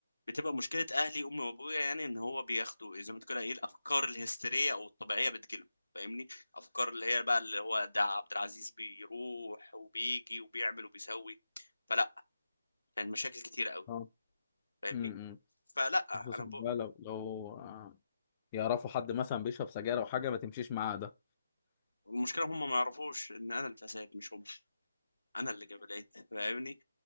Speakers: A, on the left; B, on the left.
A: بتبقى مشكله اهلي امي وابويا يعني ان هو بياخدوا زي ما تقول كده ايه الافكار الهستيريه او الطبيعيه بتجيلهم فاهمني افكار اللي هي بقى اللي هو ده عبد العزيز بيروح وبيجي وبيعمل وبيسوي فلا يعني مشاكل كتيره قوي
B: اه
A: فاهمني
B: امم
A: فلا
B: خصوصا
A: انا بقى
B: بقى لو لو آه، يعرفوا حد مثلا بيشرب سجاير او حاجة ما تمشيش معاه ده
A: والمشكله هم ما يعرفوش ان انا اللي اتسيد مش هم انا اللي جاب العيد فاهمني